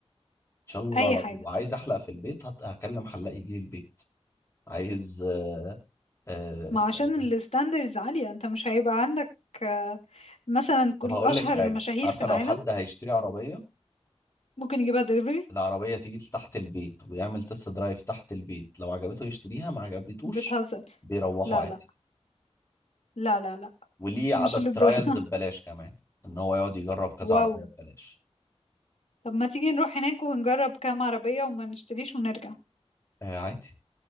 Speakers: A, on the left (about 25°); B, on the left (about 70°).
A: إن شاء الله
B: اي
A: لو
B: حاجة
A: عايز أحلق في البيت هت- هكلم حلاق يجي لي البيت عايز آه آه
B: ما
A: اسمه
B: عشان
A: إيه ده
B: الستاندرز عالية انت مش هيبقى عندك آه، مثلا كل
A: طب هقول
B: اشهر
A: لك حاجة
B: المشاهير
A: عارفة
B: في العالم
A: لو حد هيشتري عربية
B: ممكن يجيبها دليفري
A: العربية تيجي تحت البيت ويعمل تست درايف تحت البيت لو عجبته يشتريها ما عجبتوش
B: بتهزر
A: بيروحوا
B: لا
A: عادي
B: لا لا لا لا
A: وليه عدد
B: مش للدرجة
A: ترايلز ببلاش كمان ان هو يقعد يجرب
B: <laughs>
A: كذا
B: واو
A: عربية ببلاش
B: طب ما تيجي نروح هناك ونجرب كام عربية وما نشتريش ونرجع
A: آه عادي